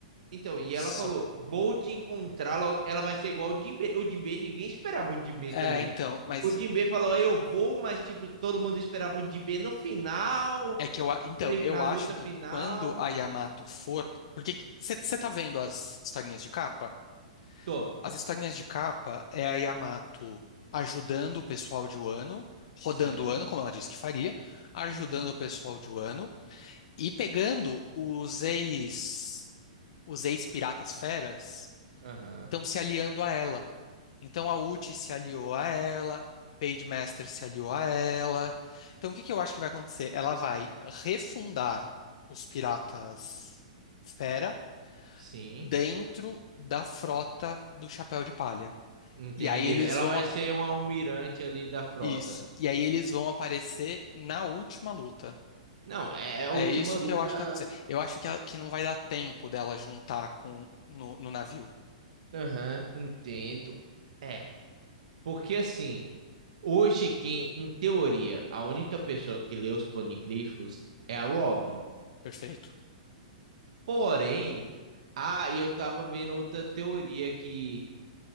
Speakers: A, on the right; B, on the left.
A: Então, e
B: Só
A: ela falou:
B: que
A: vou te encontrar, logo. ela vai ser igual o Jimbe. O Jimbe, ninguém esperava o Jimbe
B: é,
A: também.
B: então, mas
A: O Jimbe falou: "Ah, eu vou, mas tipo, todo mundo esperava o Jimbe no final,
B: é que eu, a- então, eu
A: na
B: acho
A: luta
B: que
A: final.
B: quando a Yamato for, porque você tá vendo as historinhas de capa?
A: Tô.
B: As historinhas de capa é a Yamato ajudando o pessoal de Wano, rodando
A: Sim.
B: o Wano, como ela disse que faria, ajudando
A: Aham. uhum.
B: o pessoal de Wano e pegando os ex os ex-piratas feras
A: Aham.
B: estão
A: uhum.
B: se aliando a ela. Então a Uchi se aliou a ela, o Page Master se aliou a ela. Então o que que eu acho que vai acontecer? Ela vai refundar os piratas fera
A: Sim.
B: dentro da frota do Chapéu de Palha.
A: Entendi.
B: E aí eles
A: Ela
B: vão
A: vai
B: a-
A: ser um almirante ali da frota.
B: isso. E aí eles vão aparecer na última luta.
A: Não, é a
B: É
A: última
B: isso
A: luta.
B: que eu acho que vai acontecer. Eu acho que, ela- que não vai dar tempo dela juntar com no no navio.
A: Aham, entendo. É, porque assim. Hoje, quem, em teoria, a única pessoa que lê os paneglifos é a Robin.
B: Perfeito.
A: Porém, ah, e eu tava vendo outra teoria que